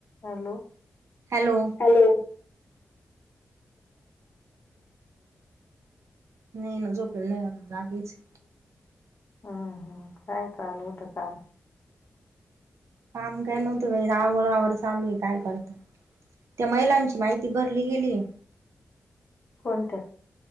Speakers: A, on the left; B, on the right.
A: हॅलो
B: हॅलो
A: हॅलो
B: नाही न झोपलेले नाही अजून जागीचय.
A: हम्म काय चालू होत काम?
B: काम काही नव्हत आवर आवर चालूये काय करता. त्या महिलांची माहिती भरली गेलीये.
A: कोणत्या?